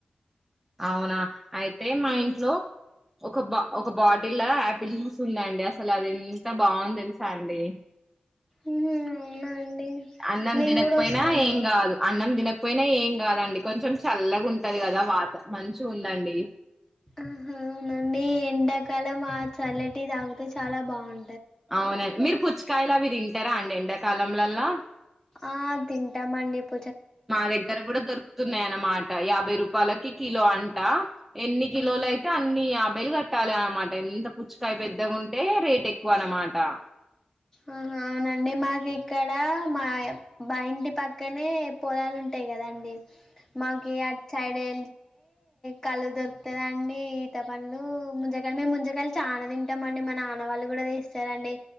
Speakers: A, in the centre; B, on the left.
A: అవునా అయితే మా
B: ఉమ్
A: ఇంట్లో ఒక బ ఒక బాటిల్ల ఆపిల్ జ్యూస్ ఉందండి అసలు అది ఎంత బావుంది తెలుసా అండి
B: మ్ అవునా అండి
A: అన్నం
B: మేము
A: తినకపోయినా
B: కూడా వస్తామండి
A: ఏం కాదు అన్నం తినకపోయినా ఏం కదండి కొంచెం చల్లగా ఉంటది కదా వాత మంచిగా ఉందండి
B: అహా అవునా అండి ఎండాకాలం ఆ చల్లటివి తాగితే చాలా బాగుం
A: అవునండి మీరు పుచ్చకాయలు అవి తింటారా అండి ఎండాకాలంలల్లా
B: ఆ తింటామండి పు
A: మా దగ్గర కూడా దొరుకుతున్నాయి అన్నమాట యాభై రూపాయలకి కిలో అంట ఎన్ని కిలోలు
B: ఆహ్
A: అయితే అన్నీ యా బై లు కట్టాలి అన్నమాట ఎంత పుచ్చుకాయ పెద్దగా ఉంటే రేట్ ఎక్కువ అన్నమాట
B: ఆ అహా అవునా అండి మాకు ఇక్కడ మా మా ఇంటి పక్కనే పొలాలు ఉంటా యి కదండి మాకి అట్ సైడ్ ఎ కల్లు దొరుకుతది అండి ఈత పండ్లు ముంజాకాయలు మేము ముంజకాయలు చానా తింటామండి మా నాన్న వాళ్లు కూడా తేస్తారు అండి